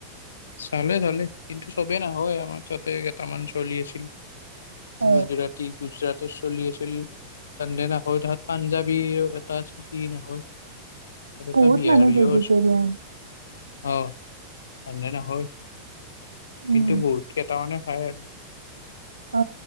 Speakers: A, on the left (about 65°); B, on the right (about 80°).
A: চালে চালে কিন্তু চবেই নহয় আমাৰ তাতে কেইটামান চলি আছিল
B: অ
A: গুজৰাটী গুজৰাট চলি আছিলে নয় তাহাত পাঞ্জাবী এটা আছিল কি নহয় ত
B: বহুত
A: ত বিহাৰী
B: মানুহ ভেজিটেৰিয়ান
A: ওচ হয় এনে ন হয়
B: উম
A: কিন্তু বহুতে <unintelligible> তমানে হয় <unintelligible>
B: অ